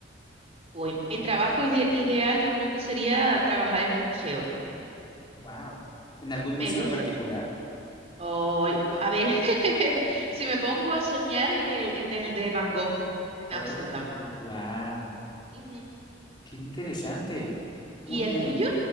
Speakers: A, on the right; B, on the left.
A: Uy, mi trabajo ide- ideal yo creo que sería trabajar en un museo.
B: Wow. ¿En algún
A: Me
B: museo
A: gusta.
B: en particular?
A: Ay, a ver, <laughs> si me pongo a soñar en el, en el de Van Gogh, en
B: Oh,
A: Ámsterdam.
B: wow.
A: Ujú.
B: Qué interesante.
A: ¿Y
B: Muy bien.
A: el tuyo?